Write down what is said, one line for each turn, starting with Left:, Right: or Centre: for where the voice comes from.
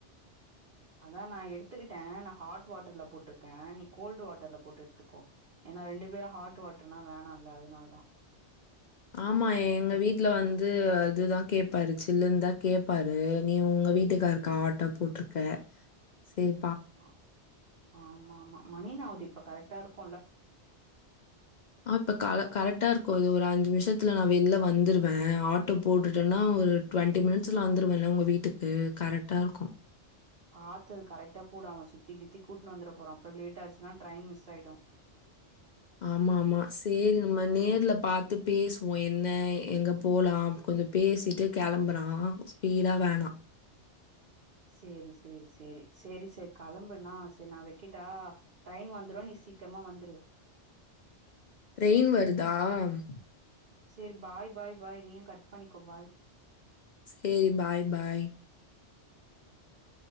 Right: அதா நா எடுத்துக்கிட்டே நா ஹாட் வாட்டர்ல போட்ருக்கே நீ கோல்டு வாட்டர்ல போட்டு த்துக்கோ ஏன்னா ரெண்டு பேரு ஹாட் வாட்டர்னா வேணால்ல அதனால தா
Left: ஆமா எங்க வீட்ல வந்து இதுதா கேப்பாரு சில்லுனு தா கேப்பாரு நீ உங்க வீட்டுக்காருக்கு ஹாட்டா போட்ருக்க சேரி
Right: ஆ ஆமா ஆமா மணி என்ன ஆவுது இப்ப கரெட் டாருக்கு
Left: ஆ இப்ப கள கரெட்டா இருக்கு அது ஒரு அஞ் நிம்ஷத்துல நா வெளில வந்துருவ ஆட்டோ போட்டுட்டன்னா ஒரு டுவெண்டி மினிட்ஸ்ல வந்துருவல உங்க வீட்டுக்கு கரெட்டா இருக்கு
Right: பாத்து கரெட்டா போடு அவ சுத்தி கித்தி கூட்னு வந்துட போறா அப்பறோ லேட் ஆச்சுன்னா ட்ரெயின் மிஸ் ஆயிடு
Left: ஆமா ஆமா செரி நம்ம நேர்ல பாத்து பேசுவோ என்ன எங்க போலாம் கொஞ்ச பேசிட்டு கெளம்புலா ஸ்பீடா வேணா
Right: சேரி சேரி சேரி சேரி சேரி கெளம்புண்ணா சேரி நா வெக்கட்டா ட்ரெயின் வந்துரு நீ சீக்கிரமா வந்துரு
Left: ட்ரெயின் வருதா <inaudible>
Right: செரி பாய் பாய் பாய் நீயு கட் பண்ணிக்கோ பாய்
Left: சேரி பாய் பாய்
Right: <inaudible>